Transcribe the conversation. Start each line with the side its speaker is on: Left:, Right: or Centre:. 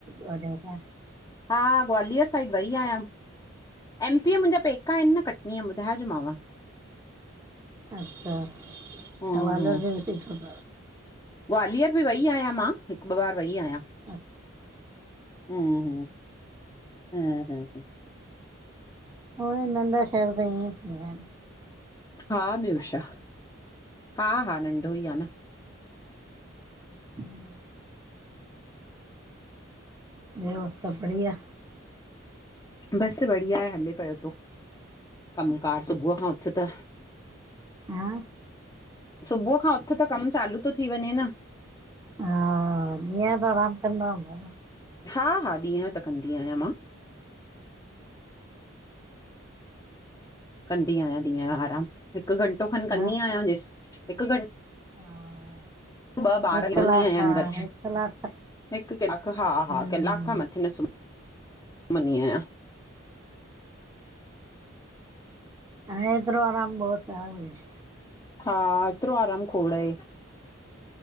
Right: वॾे खां
Left: हा ग्वालियर साइड वई आयां। एमपीअ मुंहिंजा पेका आहिन न कटनीअ ॿुधायोजोमांव।
Right: अच्छा
Left: हम्म
Right: त वलर
Left: हम्म
Right: बि न सी <unintelligible>
Left: ग्वालियर बि वेई आहियां मां, हिकु ॿ बार वेई आहियां।
Right: अचछ <unintelligible>
Left: हमम हमम हमम
Right: उ ई नंढा शहर त ईंअ ई थींदा आहिन।
Left: हा ॿियो छा हा हा नंढो ई आ न।
Right: ह <inaudible> ॿियो सब बढ़िया?
Left: बसि बढ़िया आहे, हले पयो तो। कमकार सुबुअ खां उथि त।
Right: हा
Left: सुबुअ खां उथु त कमु चालू तो थी वंञें न
Right: हा ॾीहं यो त आराम कंदा हुंदव?
Left: हा हा ॾींहं यो त कंदी आहियां मां। कंदी आहियां ॾींहं यो आराम, हिकु घंटो खनि कंदी
Right: हा
Left: आहियां जेस् हिकु घंट्
Right: हा।
Left: ॿ ॿार
Right: हिकु
Left: <unintelligible> आहिनि
Right: कलाक
Left: गॾु
Right: हिकु कलाक
Left: हिकु किलाक हा
Right: हम्म
Left: हा किलाक खां मथे न सुम्ह मनी आहियां
Right: हा एतिरो आराम बहुत आ, ॿियो छा।
Left: हा एतिरो आराम खोड़ ए।